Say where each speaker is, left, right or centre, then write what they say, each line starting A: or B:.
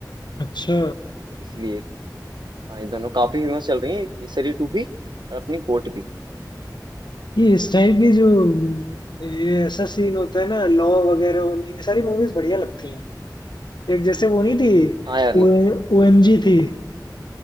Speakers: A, on the left; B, on the right.
A: अच्छा
B: तो इसलिए हाँ ये दोनों काफी फेमस चल रही है केसरी टू भी और अपनी कोर्ट भी
A: ये इस टाइप की जो हम्म, ये ऐसा सीन होता है ना लॉ वगैरह वाली ये सारी मूवीज बढ़िया लगती हैं एक जैसे वो नहीं थी
B: हाँ यार
A: ओ एम जी थी